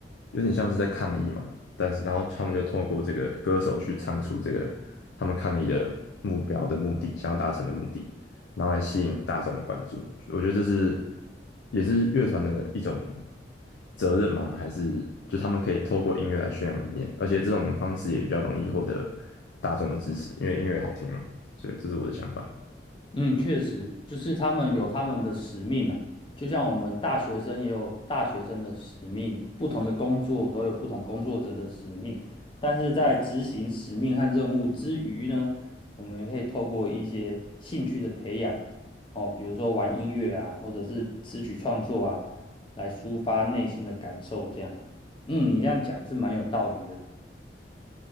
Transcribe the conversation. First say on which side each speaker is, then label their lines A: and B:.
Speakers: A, on the left; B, on the left.
A: 有点像是在抗议嘛，但是然后他们就透过这个歌手去唱出这个他们抗议的目标的目的，想要达成的目的，然后来吸引大众的关注。我觉得这是也是乐团的一种责任吗？还是就他们可以透过音乐来宣扬理念？而且这种方式也比较容易获得大众的支持，因为音乐好听嘛。所以这是我的想法。
B: 嗯，确实，就是他们有他们的使命啊，就像我们大学生也有大学生的使命，不同的工作都有不同工作者的使命。但是在执行使命和任务之余呢，我们可以透过一些兴趣的培养，哦，比如说玩音乐啊，或者是词曲创作啊，来抒发内心的感受。这样，嗯，你这样讲是蛮有道理的。